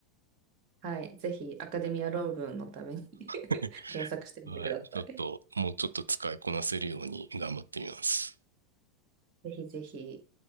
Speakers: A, on the right; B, on the right.
A: はい。ぜひ、アカデミア論文のために
B: はい。
A: <laughs>
B: <laughs>
A: 検索してみてください。
B: はいちょっと、もうちょっと使いこなせるように頑張ってみます。
A: ぜひぜひ。